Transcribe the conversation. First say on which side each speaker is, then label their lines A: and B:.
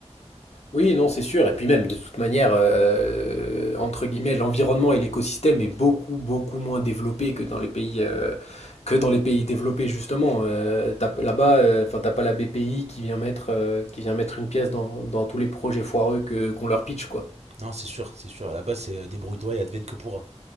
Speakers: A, on the left; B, on the right.
A: Oui, non, c'est sûr. Et puis même, de toute manière, euh, entre guillemets, l'environnement et l'écosystème est beaucoup, beaucoup moins développé que dans les pays, euh, que dans les pays développés, justement. Euh, t'as- là-bas, euh, enfin, t'as pas la BPI qui vient mettre, euh, qui vient mettre une pièce dans, dans tous les projets foireux que, qu'on leur pitch, quoi.
B: Non, c'est sûr, c'est sûr. À la base, c'est euh, débrouille-toi et advienne que pourra.